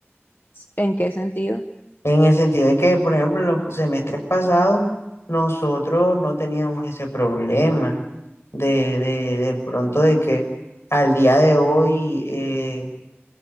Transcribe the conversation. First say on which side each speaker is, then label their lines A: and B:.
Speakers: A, on the left (about 50°); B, on the left (about 75°).
A: ¿En qué sentido?
B: En el sentido de que, por ejemplo, en los semestres pasados, nosotros no teníamos ese problema de, de, de pronto de que al día de hoy eh,